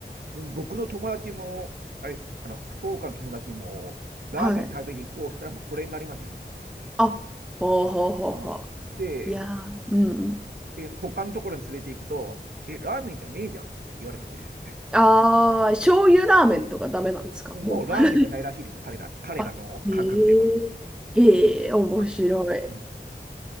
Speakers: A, on the right (about 60°); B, in the centre.
A: うん僕の友達も、あれです、あの、福岡の友達も、ラーメン食べに行こうしたらもうそれになりますよね。
B: はい。あ、ほうほうほうほ
A: うん。で、
B: う。いやー、うんうん。
A: で、他のところに連れて行くと、え、ラーメンじゃねえじゃんって言われますね。
B: ああ、醤油ラーメンとかダメなんですかもう。
A: もうラーメンじゃないらしいですよ、彼ら、彼らの感覚では。
B: あ、へえ。へえ、面白い。
A: うん。うん、